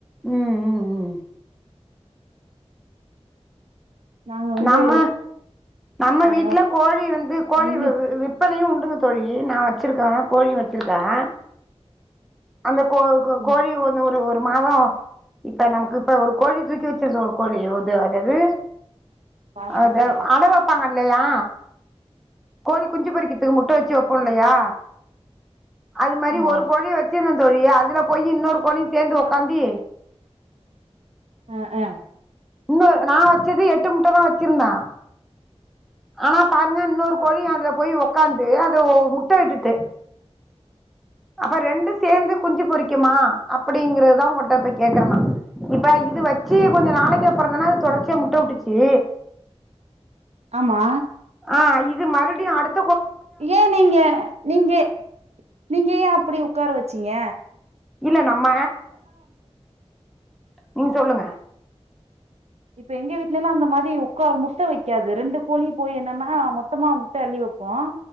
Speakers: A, in the centre; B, on the right.
A: உம் உம் உம்
B: நாங்க வந்து
A: நம்ம நம்ம வீட்டுல
B: அ
A: கோழி வந்து கோழி
B: ஒன்லி
A: விற்பனையும் உண் ருங்க தோழி நான் வச்சிருக்கேன் கோழி வச்சிருக்கேன் அந்த கோ
B: ம்
A: கோழி ஒன்னுந்து ஒரு மாதம் இப்ப நமக்கு இப்ப ஒரு கோழி தூக்கி வச்சிரு கோழி உது அது தது
B: ஆ
A: அது அட வைப்பாங்க இல்லையா கோழி குஞ்சு பொறிக்கிறதுக்கு முட்டை வச்சு வைப்போ இல்லையா அது மாரி
B: ஆமா
A: ஒரு கோழிய வச்சு தோழி அதுல போய் இன்னொரு கோழியு சேந்து
B: ஆ
A: உக்காந்தி
B: ஆஹ் ஆஹ்
A: இன்னும் நான் வச்சது எட்டு முட்டை தான் வச்சிருந்தேன் ஆனா பாருங்க இன்னொரு கோழி அதுல போய் உக்காந்து முட்டை விட்டுட்டு அப்ப ரெண்டு சேர்ந்து குஞ்சு பொறிக்குமா அப்படிங்கிறதுதான் உங்களிட்ட போ கேக்குறேனா இப்ப இது வச்சு கொஞ்சம் நாளைக்கு அப்புறந்தேன்னா அது தொடர்ச்சியா முட்டை விட்டுச்சு
B: ஆமா
A: ஆஹ் இது மறுபடியும் அடுத்து
B: ஏன் நீங்க நீங்க நீங்க ஏன் அப்படி உட்கார வச்சிங்க
A: இல்ல நம்ம நீங்க சொல்லுங்க
B: இப்ப எங்க வீட்டுல எல்லாம் அந்த மாதிரி உக்க முட்டை வைக்காது ரெண்டு கோழி போய் என்னன்னா மொத்தமா முட்டை அள்ளி வைப்போம்